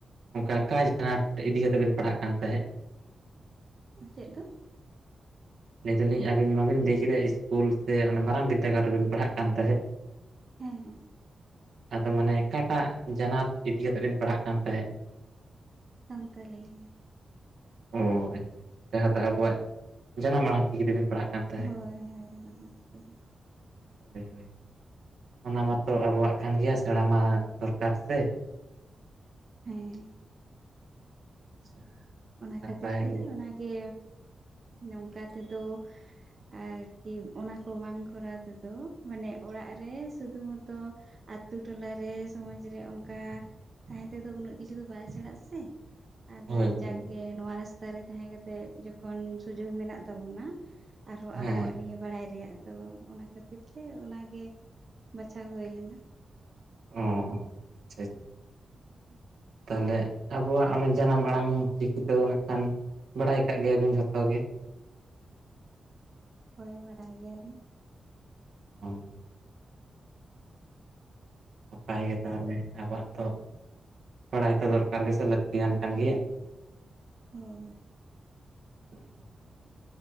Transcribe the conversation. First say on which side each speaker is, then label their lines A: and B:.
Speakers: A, on the right; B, on the right.
A: ᱚᱱᱠᱟ ᱟᱠᱟ <unintelligible> ᱤᱫᱤ ᱠᱟᱛᱮᱜ ᱵᱮᱱ ᱯᱟᱲᱦᱟᱜ ᱠᱟᱱ ᱛᱟᱦᱮᱸ
B: ᱪᱮᱫ ᱫᱚ?
A: ᱞᱟᱹᱭ ᱫᱟᱞᱤᱧ ᱟᱵᱤᱱ ᱢᱟᱵᱤᱱ ᱞᱟᱹᱭ ᱠᱮᱫᱟ ᱤᱥᱠᱩᱞ ᱥᱮ ᱚᱱᱟ ᱢᱟᱨᱟᱝ ᱵᱤᱫᱽᱫᱟᱹᱜᱟᱲ ᱨᱮᱵᱤᱱ ᱯᱟᱲᱦᱟᱜ ᱠᱟᱱ ᱛᱟᱦᱮᱸ
B: ᱦᱮᱸ ᱦᱮᱸ
A: ᱟᱫᱚ ᱢᱟᱱᱮ ᱚᱠᱟᱴᱟᱜ ᱡᱟᱱᱟᱛ ᱤᱫᱤ ᱠᱟᱛᱮᱜ ᱵᱮᱱ ᱯᱟᱲᱦᱟᱜ ᱠᱟᱱ ᱛᱟᱦᱮᱸᱫ?
B: ᱥᱟᱱᱛᱟᱞᱤ ᱜᱮ
A: ᱚᱻ ᱟᱪᱪᱷᱟ ᱟᱪᱪᱷᱟ ᱡᱟᱦᱟᱸ ᱫᱚ ᱟᱵᱚᱣᱟᱜ ᱡᱟᱱᱟᱢ ᱟᱲᱟᱝ ᱪᱤᱠᱤ ᱛᱮᱵᱮᱱ ᱯᱟᱲᱦᱟᱜ ᱠᱟᱱ ᱛᱟᱦᱮᱸᱫ
B: ᱦᱳᱭ ᱦᱳᱭ ᱡᱟᱱᱟᱢ ᱟᱲᱟᱝ ᱛᱮᱜᱮ
A: ᱦᱳᱭ ᱦᱳᱭ ᱚᱱᱟ ᱢᱟᱛᱚ ᱟᱵᱚᱣᱟᱜ ᱠᱟᱱ ᱜᱮᱭᱟ ᱥᱮᱬᱟ ᱢᱟ ᱫᱚᱨᱠᱟᱨ ᱥᱮ
B: ᱦᱮᱸ
A: ᱟᱪᱪᱷᱟ
B: ᱚᱱᱟ
A: ᱱᱟᱯᱟᱭ
B: ᱠᱷᱟᱹᱛᱤᱨ ᱛᱮᱜᱮ
A: ᱜᱮ
B: ᱚᱱᱟᱜᱮ ᱱᱚᱝᱠᱟ ᱛᱮᱫᱚ ᱟᱨ ᱠᱤ ᱚᱱᱟ ᱠᱚ ᱵᱟᱝ ᱠᱚᱨᱟᱣ ᱛᱮᱫᱚ ᱢᱟᱱᱮ ᱚᱲᱟᱜ ᱨᱮ ᱥᱩᱫᱷᱩ ᱢᱚᱛᱚ ᱟᱛᱩ ᱴᱚᱞᱟᱨᱮ ᱥᱚᱢᱟᱡ ᱨᱮ ᱚᱱᱠᱟ ᱛᱟᱦᱮᱸ ᱛᱮᱫᱚ ᱩᱱᱟᱹᱜ ᱠᱤᱪᱷᱩ ᱫᱚ ᱵᱟᱭ ᱥᱮᱬᱟᱜ-ᱟ ᱥᱮ ᱟᱫᱚᱧ
A: ᱦᱳᱭ ᱦᱳᱭ
B: ᱦᱮᱸ ᱱᱚᱣᱟ ᱨᱟᱥᱛᱟ ᱨᱮ ᱛᱟᱦᱮᱸ ᱠᱟᱛᱮᱜ ᱡᱚᱠᱷᱚᱱ ᱥᱩᱡᱩᱜ ᱢᱮᱱᱟᱜ ᱛᱟᱵᱚᱱᱟ ᱟᱨᱦᱚᱸ
A: ᱦᱮᱸ
B: ᱟᱵᱚᱣᱟᱜ ᱱᱤᱭᱟᱹ ᱵᱟᱲᱟᱭ ᱨᱮᱭᱟᱜ ᱛᱚ ᱚᱱᱟ ᱠᱷᱟᱹᱛᱤᱨ ᱛᱮ ᱚᱱᱟᱜᱮ ᱵᱟᱪᱷᱟᱣ ᱦᱩᱭ ᱞᱮᱱᱟ
A: ᱚ ᱟᱪᱪᱷᱟ
B: <inaudible>
A: ᱛᱟᱦᱚᱞᱮ ᱟᱵᱚᱣᱟᱜ ᱚᱱᱟ ᱡᱟᱱᱟᱢ ᱟᱲᱟᱝ ᱪᱤᱠᱤᱛᱚ ᱱᱟᱦᱟᱜ ᱠᱷᱟᱱ ᱵᱟᱰᱟᱭ ᱟᱠᱟᱜ ᱜᱮᱭᱟᱵᱤᱱ ᱡᱷᱚᱛᱚ ᱜᱮ
B: ᱦᱳᱭ ᱵᱟᱰᱟᱭ ᱜᱮᱭᱟᱞᱤᱧ
A: ᱦᱚᱸ ᱱᱟᱯᱟᱭ ᱜᱮ ᱛᱟᱦᱚᱞᱮ ᱟᱵᱚᱣᱟᱜ ᱛᱚᱜ ᱵᱟᱲᱟᱭ ᱛᱚ ᱫᱚᱨᱠᱟᱨ ᱜᱮᱥᱮ ᱞᱟᱹᱠᱛᱤᱭᱟᱱ ᱠᱟᱱ ᱜᱮᱭᱟ
B: ᱦᱳᱭ
A: <inaudible>